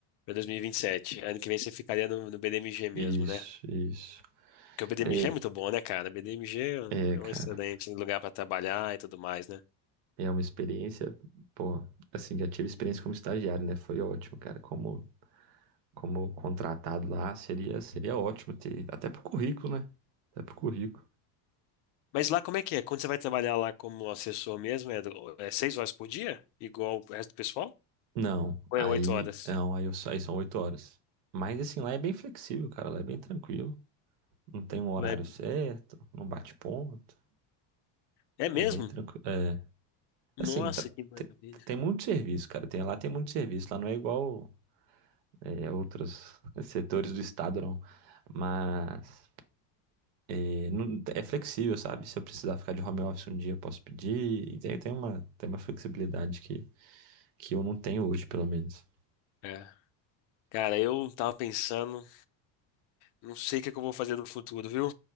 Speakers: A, on the left; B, on the right.
A: para dois mil e e vinte e sete, Ano que vem você ficaria no, no BDMG mesmo,
B: Isso,
A: né?
B: isso.
A: Porque o BDMG
B: É,
A: é muito bom, né, cara? O BDMG é um
B: é,
A: é
B: cara,
A: um excelente lugar para trabalhar e tudo mais, né?
B: é uma experiência, pô, assim, já tive experiência como estagiário, né? Foi ótimo, cara, como como contratado lá, seria, seria ótimo ter, até pro currículo, né? Até pro currículo.
A: Mas lá como é que é? Quando você vai trabalhar lá como assessor mesmo, é, do- é 6 horas por dia? Igual o resto do pessoal?
B: Não,
A: Ou
B: aí,
A: é oito horas?
B: não, aí, eu, aí são oito horas. Mas assim, lá é bem flexível, cara, lá é bem tranquilo. Não tem um horário
A: Não É
B: certo, não bate ponto,
A: é mesmo?
B: é bem tranquilo. É, assim,
A: Nossa,
B: tra-
A: que maravilha.
B: te- tem muito serviço, cara, tem, lá tem muito serviço, lá não é igual é, outros setores do estado, não. Mas E não- é flexível, sabe? Se eu precisar ficar de home office um dia, eu posso pedir. E tem, tem uma, tem uma flexibilidade que, que eu não tenho hoje, pelo menos.
A: É. Cara, eu tava pensando, não sei o que é que eu vou fazer no futuro, viu?